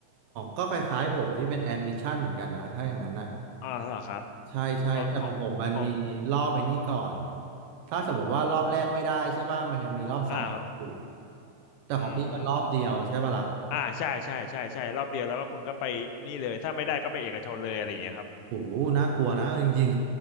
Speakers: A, on the right; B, on the left.
A: ก็คล้ายๆผมที่เป็นแอดมิชชั่นเหมือนกันนะ ถ้าอย่างนั้นนะ
B: อ่าเหรอครับ
A: ใช่ใช่แต่ของผมมันมีรอบไอ้นี่ก่อน
B: ของของของ
A: ถ้าสมมติว่ารอบแรกไม่ได้ใช่ป่ะ มันยังมีรอบสองอยู่
B: อ่าครับ
A: แต่ของพี่มันรอบเดียวใช่ป่ะล่ะ
B: อืมอ่าใช่ใช่ใช่ใช่รอบเดียวแล้วก็คุณก็ไปนี่เลยถ้าไม่ได้ก็ไปเอกชนเลยอะไรอย่างเงี้ยครับ <laughs>
A: โอ้โหน่ากลัวนะเอาจริง